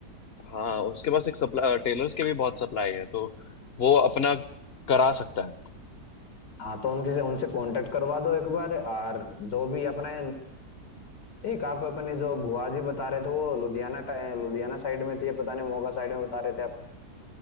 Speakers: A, on the left; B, on the left.
A: हाँ उसके पास एक सप्लाई टेलर्स के भी बहुत सप्लाई है तो वो अपना करा सकता है
B: हाँ तो उनके से उनसे कांटेक्ट करवा दो एक बार और जो भी अपने एक आप अपने जो भुआ जी बता रहे थे वो लुधियाना टा- लुधियाना साइड में थी या पता नहीं मोगा साइड में बता रहे थे आप